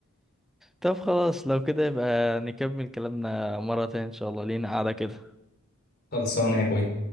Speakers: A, in the centre; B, on the left (about 45°).
A: طب خلاص لو كده يبقى نكمل كلامنا مرة تانية ان شاء الله لينا قاعدة كده
B: خلصانه يا اخوي